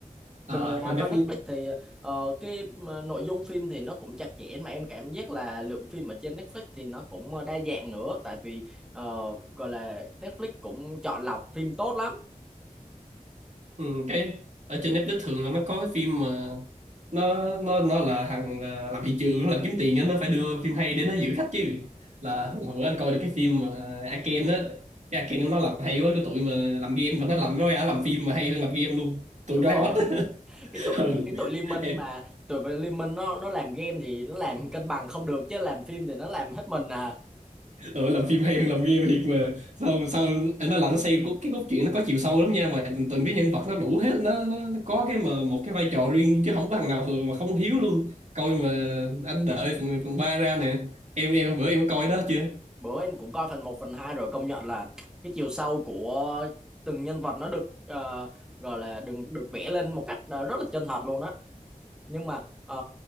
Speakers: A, on the right; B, in the centre.
A: à,
B: bình thường
A: coi
B: à, coi
A: Netflix
B: Netflix thì ờ, cái ờ, nội dung phim thì nó cũng chặt chẽ mà em cảm giác là lượng phim ở trên Netflix thì nó cũng ờ, đa dạng nữa tại vì ờ, gọi là Netflix cũng chọn lọc phim tốt lắm
A: Ừ, cái ở trên Netflix thường là nó có cái phim mà nó nó nó là thằng à, làm thị trường nó làm kiếm tiền á, nó phải đưa phim hay để nó giữ khách chứ là hồi bữa anh coi được cái phim mà Arcane á cái Arcane của nó làm hay quá cái tụi mà làm game mà nó làm nó ra làm phim mà hay hơn làm game luôn tụi
B: đúng
A: Riot
B: rồi
A: á.
B: <laughs> cái tụi
A: <laughs>
B: cái tụi Liên Minh
A: ừ.
B: mà tụi mà Liên Minh nó nó làm game thì nó làm cân bằng không được chứ làm phim thì nó làm hết mình à
A: ừ, làm phim hay hơn làm game thiệt mà sao sao anh nói là nó xây cốt- cái cốt truyện nó có chiều sâu lắm nha mà từng cái nhân vật nó đủ hết nó, nó, nó có cái mà một cái vai trò riêng chứ không có thằng nào thường mà không hiếu luôn coi mà anh đợi phần, phần 3 ra nè em em bữa em có coi đó chưa
B: bữa em cũng coi phần một phần 2 rồi công nhận là cái chiều sâu của từng nhân vật nó được ờ, gọi là được được vẽ lên một cách ờ, rất là chân thật luôn á nhưng mà ờ,